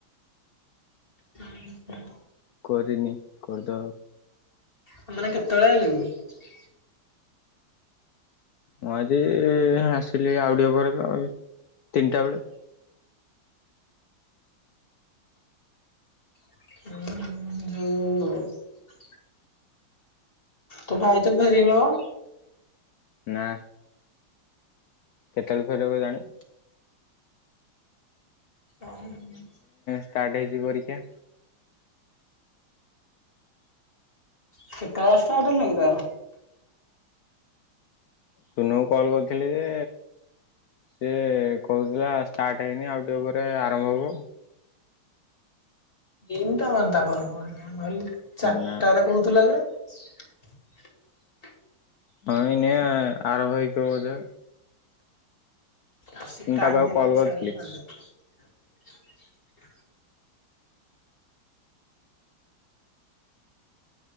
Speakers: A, on the left (about 25°); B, on the left (about 80°).
A: ହୁଁ ହୁଁ।
B: କରିନି, କରିଦବା।
A: ଆ ମାନେ କେତେବେଳେ ଆଇଲୁ କି?
B: ମୁଁ ଆଜିଇ-ଇ-ଇ ହଁ ଆସିଲି ଆଉ ଟିକେ ପରେ। <inaudible> ତିନଟା ବେଳେ।
A: ହୁଁଉ-ଉ-ଉ ଯୋଉ ତୋ ଭାଇ ତ ଫେରିନି ପା?
B: ନା। କେତେବେଳେ ଫେରିବ କେଜାଣି?
A: ଓ ହୁଁ।
B: ଷ୍ଟାଟ୍ ହେଇଛି ପରୀକ୍ଷା।
A: କେତେବେଳେ ଷ୍ଟାର୍ଟ ହେଲା କି ତାର?
B: ଚୁନୁକୁ କଲ୍ କରିଥିଲି ଯେ, ସିଏ କହୁଥିଲା ଷ୍ଟାର୍ଟ ହେଇନି ଆଉ ଟିକେ ପରେ ଆରମ୍ଭ ହବ।
A: ଏମନ୍ତା ହୁଅନ୍ତା ଗରମରେ। ମୁଁ ଭାବିଲି ଚାରଟାରେ
B: ନା
A: କହୁଥିଲା ଯେ। <inaudible>
B: ହଁ ଏଇନେ ଆରମ୍ଭ ହୋଇଥିବ ବୋଧେ
A: ଆସିକି
B: ମୁଁ
A: ଟାଇମ୍
B: ତା ପାଖକୁ
A: ହେଲାଣି
B: କଲ୍ କରିଥିଲି
A: ଛାଡ଼ୁ ନାହାନ୍ତି। <inaudible>